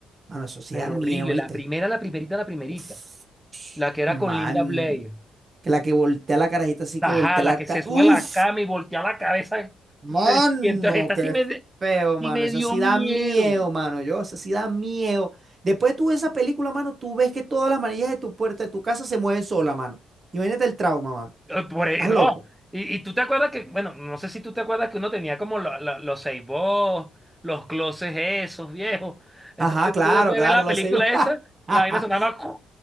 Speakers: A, on the right (about 35°); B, in the centre.
A: Mano, eso sí
B: pero
A: da miedo,
B: horrible.
A: ¿viste?
B: La primera, la primerita, la primerita.
A: Uf,
B: La que era
A: man.
B: con Linda Blair.
A: Que la que voltea la carajita así
B: Ajá,
A: que voltea
B: la
A: la
B: que
A: cara.
B: se sube
A: Uf.
B: a la cama y voltea la cabeza.
A: Mano,
B: 300. Esta
A: qué
B: sí me, de-
A: feo,
B: sí
A: mano.
B: me
A: Esa
B: dio
A: sí
B: miedo.
A: da miedo, mano. Yo, esa sí da miedo. Después tú ves esa película, mano, tú ves que todas las manillas de tu puerta, de tu casa se mueven sola, mano. Imagínate el trauma, mano.
B: Eh, Por, e-
A: ¿Estás
B: no.
A: loco?
B: Y, y tú te acuerdas que, bueno, no sé si tú te acuerdas que uno tenía como la- la- los Seibos, los closes esos viejos. Entonces
A: Ajá, claro,
B: tú después de
A: claro,
B: ver la
A: lo
B: película
A: sé.
B: esa,
A: <laughs>
B: la vaina sonaba,